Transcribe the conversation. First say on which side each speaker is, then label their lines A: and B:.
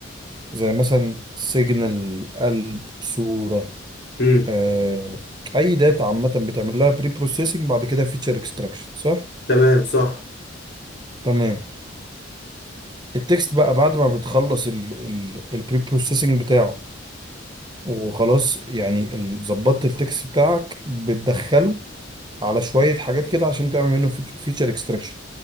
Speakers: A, on the right (about 20°); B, on the left (about 55°).
A: زي مثلا سيجنال قلب صوره
B: امم
A: آه اي داتا عامه بتعمل لها بري بروسيسنج بعد كده فيتشر اكستراكشن صح
B: تمام صح
A: تمام التكست بقى بعد ما بتخلص البري بروسيسنج بتاعه وخلاص يعني ال- ظبطت التكست بتاعك بتدخله على شوية حاجات كده عشان تعمل منه فيتشر اكستراكشن